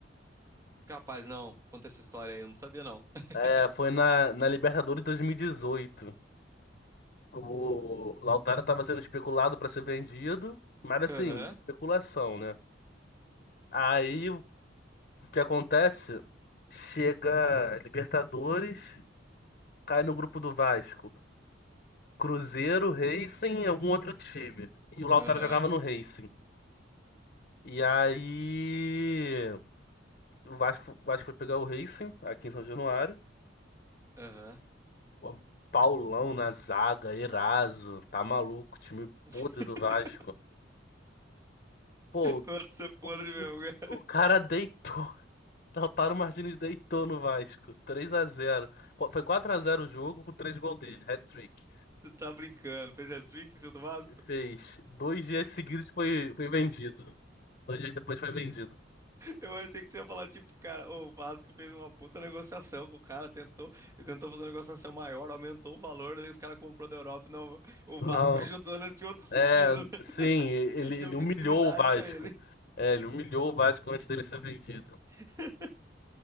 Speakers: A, on the right (about 15°); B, on the left (about 45°).
A: Capaz, não. Conta essa história aí, eu não sabia, não. <laughs>
B: É, foi na, na Libertadores 2018. O Lautaro tava sendo especulado para ser vendido, mas assim,
A: Aham,
B: especulação, né? Aí o que acontece? Chega Libertadores, cai no grupo do Vasco. Cruzeiro, Racing e algum outro time. E o Lautaro
A: aham,
B: jogava no Racing. E aí o Vasco, o Vasco foi pegar o Racing aqui em São Januário.
A: aham.
B: O Paulão na zaga, Eraso, tá maluco, time
A: <laughs>
B: podre do Vasco. Pô,
A: Mano, Você é podre mesmo,
B: o,
A: <laughs> cara.
B: o cara deitou. <laughs> Lautaro Martínez deitou no Vasco. 3x0. Foi quatro a zero o jogo com 3 gols dele, hat-trick.
A: Você tá brincando. Fez hat-trick em cima do Vasco?
B: Fez. Dois dias seguidos foi, foi vendido. Dois dias depois foi vendido.
A: Eu achei que você ia falar, tipo, cara, o Vasco fez uma puta negociação com o cara, tentou, e tentou fazer uma negociação maior, aumentou o valor, daí os caras comprou da Europa. Não, o
B: Não.
A: Vasco <laughs> ajudou nesse outro sentido,
B: É,
A: né?
B: sim,
A: <laughs>
B: ele,
A: Deu
B: ele
A: visibilidade
B: humilhou o Vasco.
A: pra ele.
B: É, ele humilhou o Vasco antes dele ser vendido.
A: <laughs>